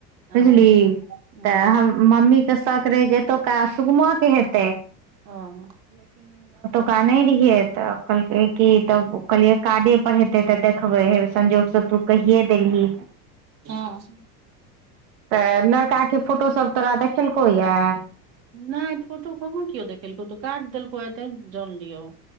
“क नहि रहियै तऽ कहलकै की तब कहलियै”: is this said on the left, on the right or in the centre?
Right